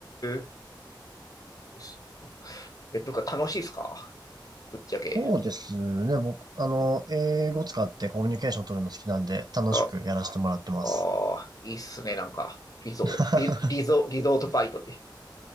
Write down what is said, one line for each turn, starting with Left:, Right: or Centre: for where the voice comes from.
Left: え。です。え、とか楽しいですかぶっちゃけ。
Right: そうですね。僕、あの、英語使ってコミュニケーション取るの好きなんで、楽しくやらせてもらってます。
Left: は、ああ、いいっすね、なんか。リゾ、
Right: <laughs>
Left: リ、リゾ、リゾートバイトって。ち